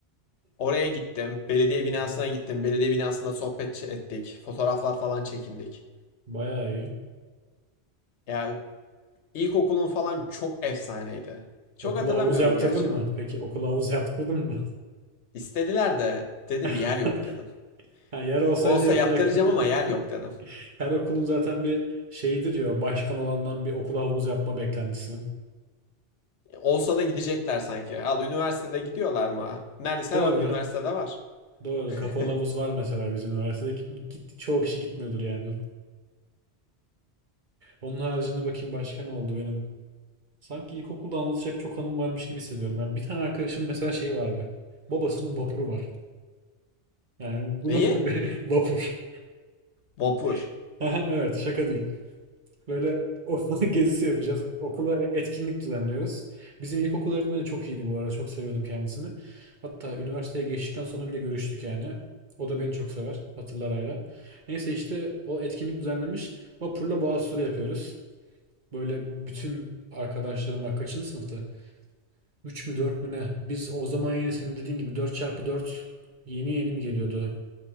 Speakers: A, on the left (about 85°); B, on the right (about 45°).
A: Oraya gittim. Belediye binasına
B: <laughs>
A: gittim. Belediye binasında sohbet ettik. Fotoğraflar falan çekindik.
B: Bayağı iyi.
A: Ya ilkokulun falan çok efsaneydi. Çok
B: Okula
A: hatırlamıyorum
B: havuz yaptırdın
A: gerçi
B: mı?
A: ama.
B: Peki okula havuz yaptırdın mı?
A: İstediler de dedim
B: <laughs>
A: yer yok dedim.
B: Ha, yer olsaydı
A: Olsa
B: yapacaktın.
A: yaptıracağım ama yer yok dedim.
B: <laughs> Her okulun zaten bir şeyidir ya başkan olandan bir okula havuz yapma beklentisi.
A: Olsa da gidecekler sanki. Al üniversitede gidiyorlar mı? Neredeyse
B: Doğru.
A: her üniversitede var.
B: Doğru. Kapalı
A: <laughs>
B: havuz var mesela bizim üniversitede. Git, çoğu kişi gitmiyordur yani. Onun haricinde bakayım başka ne oldu benim. Sanki ilkokulda anlatacak çok anım varmış gibi hissediyorum. Yani bir tane arkadaşım mesela şey vardı. Babasının vapuru var. Yani bu
A: Neyi?
B: nasıl bir <laughs> vapur?
A: Vapur.
B: <laughs> Aha, Evet şaka değil. Böyle <laughs> ortalık gezisi yapacağız. Okula e- etkinlik düzenliyoruz. Bizim ilkokul öğretmeni çok iyiydi bu arada. Çok seviyordum kendisini. Hatta üniversiteye geçtikten sonra bile görüştük yani. O da beni çok sever. Hatırlar hala. Neyse işte o etkinlik düzenlemiş. Vapurla boğaz turu yapıyoruz. Böyle bütün arkadaşlarım var. Kaçıncı sınıftı? 3 mü 4 mü ne? Biz o zaman yine senin dediğin gibi 4 çarpı 4 yeni yeni mi geliyordu?